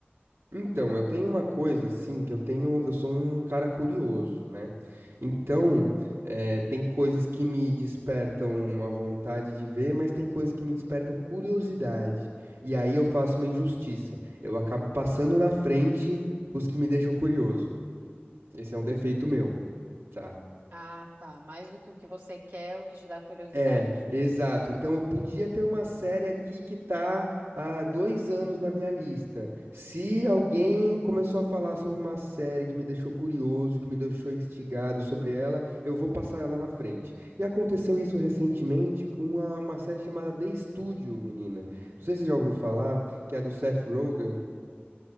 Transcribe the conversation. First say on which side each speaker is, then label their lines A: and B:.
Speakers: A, on the right; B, on the right.
A: Então, eu tenho uma coisa assim, que eu tenho, eu sou um cara curioso, né? Então, eh, tem coisas que me despertam uma vontade de ver, mas tem coisas que me despertam curiosidade. E aí eu faço uma injustiça. Eu acabo passando na frente os que me deixam curioso. Esse é um defeito meu, tá?
B: Ah, tá. Mais do que o que você quer, o que te dá curiosidade.
A: É, exato. Então eu podia ter uma série aqui que tá há dois anos na minha lista. Se alguém começou a falar sobre uma série que me deixou curioso, que me deixou instigado sobre ela, eu vou passar ela na frente. E aconteceu isso recentemente com uma, uma série chamada The Studio, menina. Não sei se você já ouviu falar, que é do Seth Rogen.